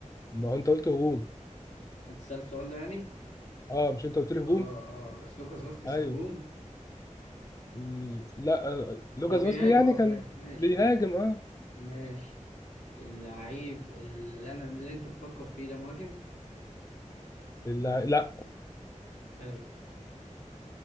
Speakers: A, on the left; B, on the left.
A: ما هو انت قلت هجوم
B: أنت سألت السؤال ده يعني
A: اه مش انت قلت لي هجوم
B: اه اه بس لوكاس فاسكيز
A: ايوه
B: هجوم
A: م- لا آه، لوكاس
B: هو بيهاجم
A: فاسكيز يعني
B: اه
A: كان
B: بي- ماشي
A: بيهاجم
B: ماشي
A: اه
B: ماشي اللعيب اللي انا اللي انت بتفكر فيه ده مهاجم
A: اللع... لا
B: حلو